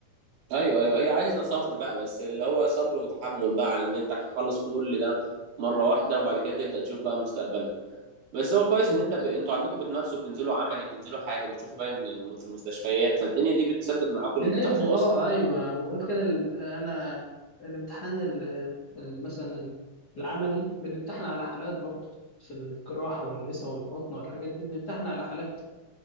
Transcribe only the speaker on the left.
بالظبط.
بننزل
أه
أيوه وغير كده الام- أنا الامتحان ال- ال- مثلا ال- العملي بنمتحن على حالات برضه في الجراحة والنسا والبطن والحاجات دي بنمتحن على حالات